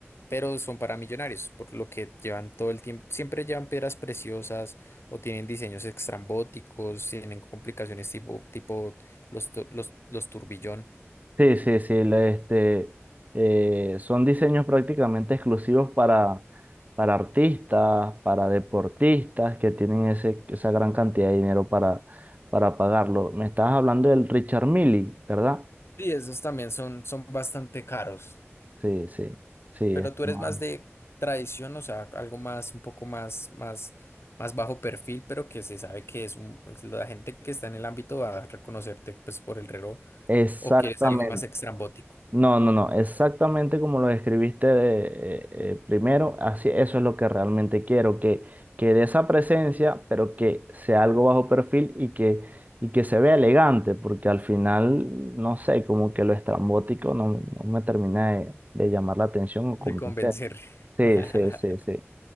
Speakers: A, on the left; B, on the right.
A: pero son para millonarios, por lo que llevan todo el tiempo, siempre llevan piedras preciosas o tienen diseños extrambóticos, tienen complicaciones tipo, tipo los, tu- los, los turbillón.
B: Sí, sí, sí, le- este, eh, son diseños prácticamente exclusivos para, para artistas, para deportistas que tienen ese, esa gran cantidad de dinero para, para pagarlo. Me estabas hablando del Richard Mille, ¿verdad?
A: Sí, esos también son, son bastante caros.
B: Sí, sí, sí,
A: Pero
B: este,
A: tú eres
B: más
A: más
B: o menos.
A: de tradición, o sea, algo más, un poco más, más, más bajo perfil, pero que se sabe que es un, es la gente que está en el ámbito va a reconocerte pues por el reloj,
B: Exactamente.
A: o quieres algo más extrambótico
B: No, no, no, exactamente como lo describiste de, eh, eh, primero, así eso es lo que realmente quiero, que, que dé esa presencia, pero que sea algo bajo perfil y que, y que se vea elegante, porque al final, no sé, como que lo estrambótico no, no me termina de, de llamar la atención o
A: de
B: convencer.
A: convencer.
B: Sí,
A: <laughs>
B: sí, sí, sí.